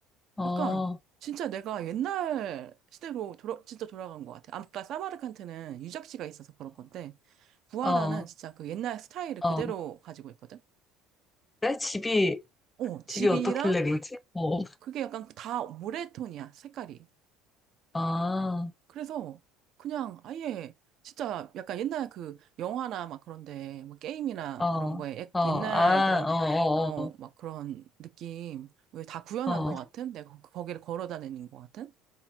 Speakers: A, on the left (about 20°); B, on the right (about 55°).
A: 어, 어,
B: 약간 진짜 내가 옛날 시대로 돌아, 진짜 돌아간 것 같아. 아까 사마르칸트는 유적지가 있어서 그럴 건데 부하라는
A: 어,
B: 진짜 그 옛날 스타일을
A: 어.
B: 그대로 가지고 있거든?
A: 그래? 집이,
B: 어, 집이랑
A: 집이 어떻길래 그러지? 어,
B: 그게 약간 다 모래톤이야, 색깔이.
A: 어.
B: 그래서 그냥 아예 진짜 약간 옛날 그 영화나 막 그런데 뭐 게임이나
A: 아, 어,
B: 그런 거에 옛-
A: 어,
B: 옛날
A: 아,
B: 그런
A: 어,
B: 어
A: 어,
B: 막 그런 느낌 왜 다 구현한
A: 어,
B: 것
A: 어.
B: 같은 내가 거- 거기를 걸어 다니는 것 같은